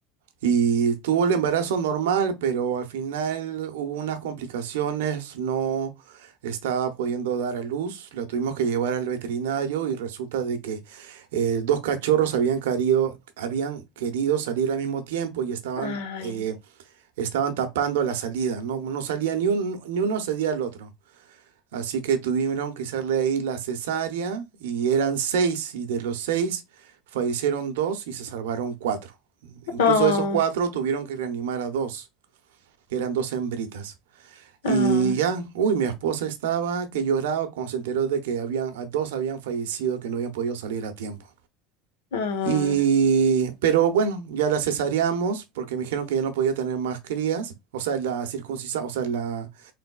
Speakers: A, on the right (about 80°); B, on the left (about 90°).
A: Y tuvo el embarazo normal, pero al final hubo unas complicaciones, no estaba pudiendo dar a luz, la tuvimos que llevar al veterinario y resulta de que eh, dos cachorros habían querido, habían querido salir al mismo tiempo y estaban,
B: Ay.
A: eh, estaban tapando la salida, no, no salía ni, un, ni uno cedía al otro. Así que tuvieron que hacerle ahí la cesárea y eran seis y de los seis fallecieron dos y se salvaron cuatro. Incluso
B: Oh,
A: de esos cuatro tuvieron que reanimar a dos, que eran dos hembritas. Y
B: ah,
A: ya, uy, mi esposa estaba que lloraba cuando se enteró de que habían, a dos habían fallecido, que no habían podido salir a tiempo.
B: ah,
A: Y, pero bueno, ya la cesareamos porque me dijeron que ya no podía tener más crías, o sea, la circuncisión, o sea, la,